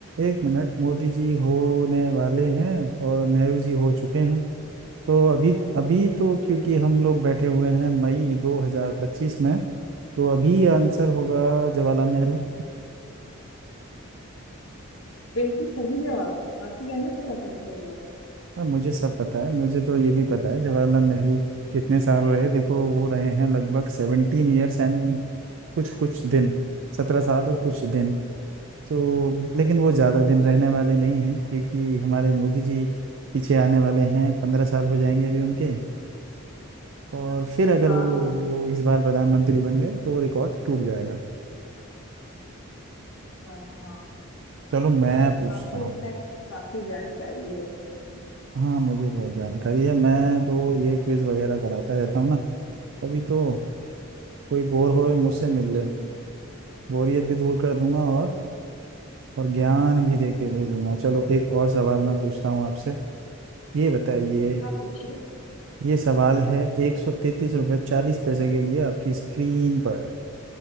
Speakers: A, on the right; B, on the left.
A: एक मिनट मोदी जी होने वाले हैं और नेहरू जी हो चुके हैं तो अभी अभी तो क्योंकि हम लोग बैठे हुए हैं मई 2025 में तो अभी आंसर होगा जवाहरलाल नेहरू
B: बिल्कुल सही जवाब आपको कैसे पता था इसका जवाब
A: और मुझे सब पता है मुझे तो ये भी पता है जवाहरलाल नेहरू कितने साल रहे देखो वो रहे हैं लगभग सेवनटीन ईयर्स एंड कुछ कुछ दिन सत्रह साल और कुछ दिन तो लेकिन वो ज़्यादा
B: अच्छा
A: दिन रहने वाले नहीं हैं क्योंकि हमारे मोदी जी पीछे आने वाले हैं पंद्रह साल हो जाएंगे अभी उनके और फिर अगर
B: हाँ
A: वो
B: हाँ हाँ
A: वो इस बार प्रधानमंत्री बन गए तो वो रिकॉर्ड टूट जाएगा
B: अच्छा हाँ
A: चलो मैं पूछता
B: आपको
A: हूँ
B: लगता है काफी जानकारी है इन सब चीजों
A: हाँ मुझे बहुत जानकारी है मैं तो ये क्विज वगैरह कराता रहता हूँ ना अभी तो कोई बोर होए मुझसे
B: अच्छा,
A: मिल ले बोरियत भी दूर कर दूंगा और और ज्ञान भी दे के भेजूंगा चलो एक और सवाल मैं पूछता हूँ आपसे ये बताइए
B: आप पूछिए
A: ये सवाल है एक सौ तैतीस रुपये चालीस पैसे के लिए आपकी स्क्रीन पर